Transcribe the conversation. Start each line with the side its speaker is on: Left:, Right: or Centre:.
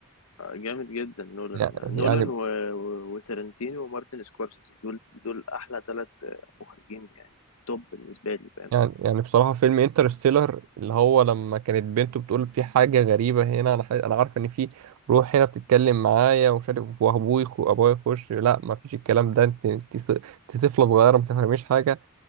Left: آه، جامد جدا نولان
Right: مم. يعني
Left: نولان
Right: يعني
Left: و... و... وترنتينو ومارتن سكورسيزي دول دول احلى ثلاث مخرجين يعني توب بالنسبه لي فاهم
Right: يعني يعني بصراحة فيلم انترستيلر اللي هو لما كانت بنته بتقول في حاجة غريبة هنا أنا ح- أنا عارف إن في روح هنا بتتكلم معايا ومش عارف وأبوي خو أبويا يخش لا ما فيش الكلام ده أنت أنت ص- أنت طفلة صغيرة ما تفهميش حاجة